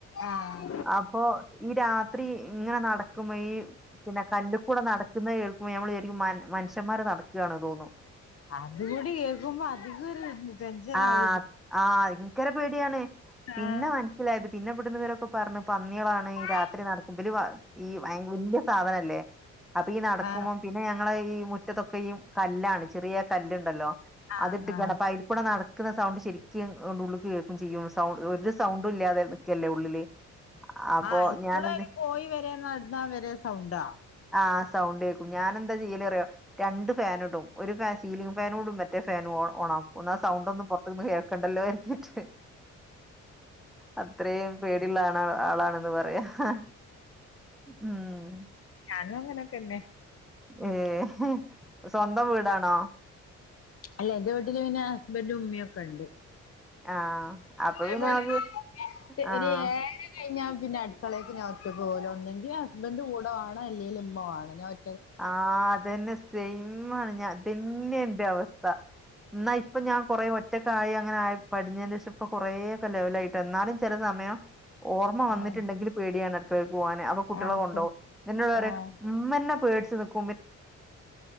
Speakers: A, on the left (about 50°); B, in the centre.
A: ആഹ്
B: അപ്പൊ ഈ രാത്രി ഇങ്ങനെ നടക്ക- കേക്കുമ്പോ ഈ പിന്നെ കല്ലുക്കൂടെ നടക്കുന്നത് കേൾക്കുമ്പോ നമ്മള് വിചാരിക്കും മനുഷ്യന്മാര് നടക്കുകയാണ് തോന്നും
A: അത് കൂടി കേക്കുമ്പോ അധിക ഒരു- ടെൻഷനായി
B: ആഹ് ആഹ് ഭങ്കര പേടിയാണ് പിന്നെ
A: ആഹ്
B: മ- ഇല്ലത് പിന്നെ ഇവിടുന്ന് ഇവരൊക്കെ പറഞ്ഞു പന്നികളാണ് ഈ
A: ആഹ്
B: രാത്രി നട- ഇവര് ഈ ഭയങ്കര സാധനല്ലേ അപ്പൊ ഈ നടക്കുമ്പം-
A: ആഹ്
B: പിന്നെ ഞങ്ങള ഈ മുറ്റത്തൊക്കെ ഈ കല്ലാണ് ചെറിയ കല്ലുണ്ടല്ലോ
A: ആഹ്
B: അത് ഇട്ട്
A: ആഹ്
B: പൈ കൂടെ നടക്കുന്ന സൗണ്ട് ശരിക്കും അങ്ങട്ട് ഉള്ളുക്ക് കേൾക്കും ചെയ്യും സൗണ്ട് ഒരു സൗണ്ടും ഇല്ലാതെ നിക്കല്ലേ ഉള്ളില് അപ്പൊ
A: ആ ആയിക്കൂടെ
B: ഞാനെന്ത്
A: അങ്ങ് പോയി വരാ നടന്നാ വര സൗണ്ടാ
B: ആഹ് സൗണ്ട് കേക്കും ഞാനന്താ ചെയ്യലേറിയോ രണ്ട് ഫാനും ഇടും ഒരു ഫാൻ സീലിംങ് ഫാനൂടും മറ്റേ ഫാനും ഓൺ ഓൺ ആകും ഒന്നാമത് സൗണ്ടൊന്നും പുറത്തുന്ന് കേക്കണ്ടല്ലോ കര്തീട്ട് അത്രയും പേടില്ലാ ണ ആളാണ് ന്ന് പറയാ ആഹ് ഉമ്
A: ഞാനും അങ്ങനൊക്കെന്നെ
B: ഉമ് സ്വന്തം വീടാണോ?
A: അല്ല ഇന്റെ വീട്ടില് പിന്നെ ഹസ്ബന്റും ഉമ്മയും ഒക്കെ ണ്ട്.
B: ആഹ് അപ്പൊ പിന്നെ
A: അതേ പോലെ
B: നമക്ക്
A: ട്ട്
B: ആഹ്
A: ഒരു ഏഹ് കഴിഞ്ഞാ പിന്നെ അടുക്കളേക്ക് ഞാൻ ഒറ്റക്കോവൂല ഒന്നെങ്കിൽ ഹസ്ബൻ് കൂട വാണം അല്ലെങ്കി ഉമ്മ വാണം ഞാൻ ഒ
B: ആഹ് അതന്നെ സെയിമാണ് ഞാൻ തന്നെ എന്റെ അവസ്ഥ എന്നാ ഇപ്പൊ ഞാൻ കൊറേ ഒറ്റക്ക അ ആയി അങ്ങനെ ആയി പടിഞ്ഞതിന്റെ ശേഷം ഇപ്പൊ കൊറേക്കെ ലെവൽ ആയിട്ടാ ന്നാലും ചില സമയം ഓർമ്മ വന്നിട്ടുണ്ടെങ്കിൽ
A: ആഹ്
B: പേടിയാണ് അടുക്കളക്ക് പോകാൻ അപ്പൊ കുട്ട്യാളെ
A: ആഹ്
B: കൊണ്ടോവും ന്നോട് പറയാ
A: ആഹ്
B: മ്മന്നെ പേടിച്ച് നിക്ക്